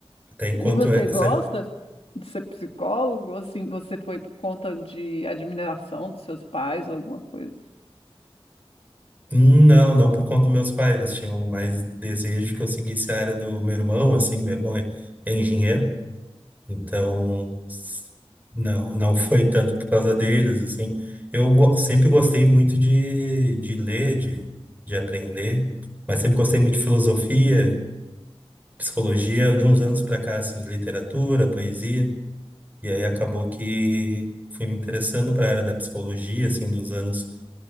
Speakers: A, on the right; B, on the left.
A: Até enquanto
B: E você
A: é, essa.
B: gosta de ser psicólogo? Assim, você foi por conta de admiração dos seus pais, alguma coisa?
A: Hum, Não, não por conta dos meus pais. Eles tinham mais desejo que eu seguisse a área do meu irmão, assim. Meu irmão é é engenheiro. Então, s- não, não foi tanto por causa deles, assim. Eu go- sempre gostei muito de, de ler, de, de aprender, mas sempre gostei muito de filosofia, psicologia, de uns anos para cá, assim, literatura, poesia, e aí acabou que fui me interessando para a área da psicologia, assim, dos anos,